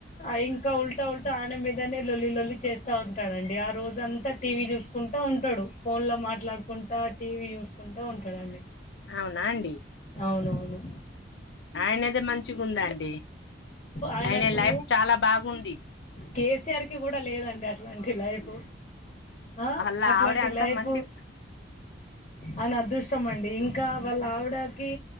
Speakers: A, on the left; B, on the left.
A: ఆ ఇంకా ఉల్టా ఉల్టా ఆయన మీదనే లొల్లి లొల్లి చేస్తా ఉంటాడు అండి ఆ రోజంతా టీవీ చూస్త ఉంటా ఉంటాడు ఫోన్ లో మాట్లాడుకుంటా టీవీ చూస్తూ చూస్తా ఉంటా ఉంటాడండీ
B: అవునా అండి
A: అవునవును
B: ఆయనదే మంచిగుందండీ
A: ఆయనకు
B: ఆయన లైఫ్ చాలా బాగుంది
A: కేసీఆర్ కి గూడ లేదండి అ ట్లాంటి లైఫు ఆ
B: అలా
A: అట్లాంటి
B: ఆవిడే అంత
A: లైఫు
B: మంచి
A: అయిన అదృష్టమండీ ఇంకా వళ్ళావిడాకీ